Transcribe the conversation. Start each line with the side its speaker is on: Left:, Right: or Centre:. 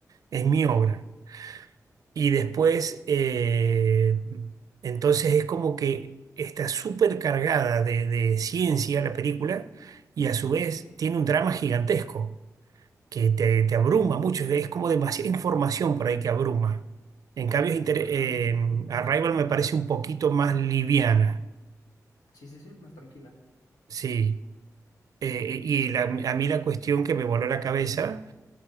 Right: es mi
Left: ok,
Right: obra. Y después, eh, entonces es como que está súper cargada de, de ciencia la película y a su vez
Left: sí,
Right: tiene un drama gigantesco que te, te abruma mucho, es como demasiada información por ahí que abruma. En cambio, es inter-
Left: ajá,
Right: eh, Arrival me parece un poquito más liviana,
Left: sí, sí, sí, más tranquila.
Right: sí. Eh, y la- a mí la cuestión que me voló la cabeza,